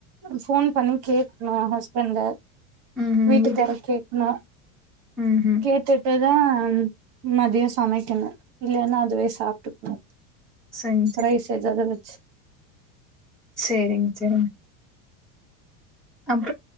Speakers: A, on the right; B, in the centre.
A: ஃபோன் பண்ணி கேக்ணு ஹஸ்பண்ட
B: ம்ஹும்
A: வீட்டுக்கார
B: வீட்டுக்கு
A: கேக்ணு
B: ம்ஹும்
A: கேட்டுட்டு தான் மதியொ சமைக்கணு இல்லன்னா அதுவே சாப்ட்டுப்போ
B: செரி
A: ரைஸ் எதாவ்து வச்
B: சேரிங்க சேரிங் அப்